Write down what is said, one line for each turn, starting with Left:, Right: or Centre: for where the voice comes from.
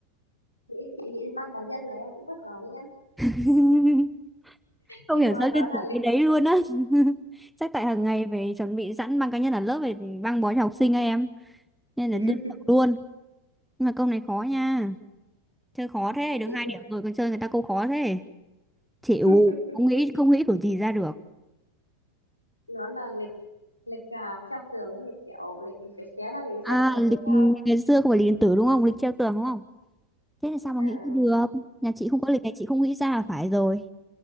Left: nghĩ chị nghĩ mang cá nhân là em cũng bất ngờ đấy nhá
Centre: <laughs> không
Left: nhưng
Centre: hiểu
Left: mà
Centre: sao
Left: đó
Centre: liên
Left: là
Centre: tưởng
Left: lịch
Centre: cái đấy luôn á <laughs> chắc tại hàng ngày về chuẩn bị sẵn băng cá nhân ở lớp về băng bó cho học sinh ấy em nên
Left: <laughs>
Centre: là liên tưởng luôn nhưng mà câu này khó nha chơi khó thế
Left: chị
Centre: được
Left: chịu
Centre: hai
Left: chưa
Centre: điểm rồi còn chơi người ta câu khó thế chịu
Left: <laughs>
Centre: không nghĩ không nghĩ kiểu gì ra được
Left: nó là lịch lịch à, treo tường ấy lịch kiểu lịch mình phải xé ra mình mới xem
Centre: à
Left: được ngày
Centre: lịch
Left: tiếp theo ấy
Centre: ngày xưa không phải lịch điện tử đúng không lịch treo tường đúng không thế là sao mà
Left: à
Centre: nghĩ được nhà chị không có lịch này chị không nghĩ ra là phải rồi